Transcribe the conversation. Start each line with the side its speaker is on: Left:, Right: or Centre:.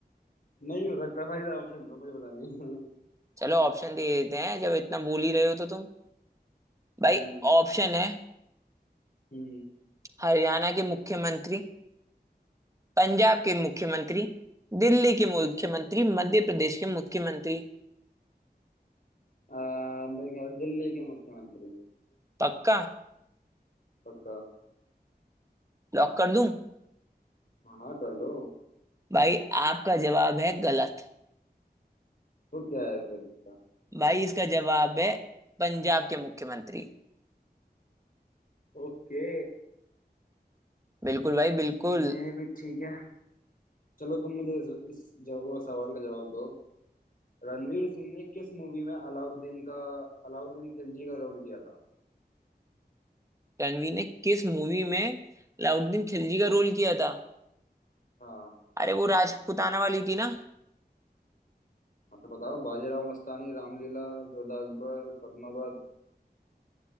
Left: नहीं हो सकता भाई ऑप्शन दो मुझे पता नहीं
Right: चलो ऑप्शन दे देते हैं जब इतना बोल ही रहे हो तो तुम भाई
Left: <laughs> हम्म
Right: ऑप्शन है
Left: हम्म
Right: हरियाणा के मुख्यमंत्री पंजाब के मुख्यमंत्री दिल्ली के मुख्यमंत्री मध्य प्रदेश के मुख्यमंत्री
Left: आ, मैं क्या दिल्ली के मुख्यमंत्री
Right: पक्का
Left: पक्का
Right: लॉक कर दूं
Left: हाँ हाँ कर दो
Right: भाई आपका जवाब है गलत
Left: तो क्या है फिर इसका
Right: भाई इसका जवाब है पंजाब के मुख्यमंत्री
Left: ओके
Right: बिल्कुल भाई बिल्कुल
Left: ये भी ठीक है चलो तुम मुझे इस, इस जव- वो सवाल का जवाब दो रणवीर सिंह ने किस मूवी में अलाउद्दीन का अलाउद्दीन खिलजी का रोल किया था
Right: रणवीर ने किस मूवी में अलाउद्दीन खिलजी का रोल किया था
Left: हाँ
Right: अरे वो राजपूताना वाली थी ना
Left: हाँ तो बताओ बाजीराव मस्तानी रामलीला जोधा अकबर पद्मावत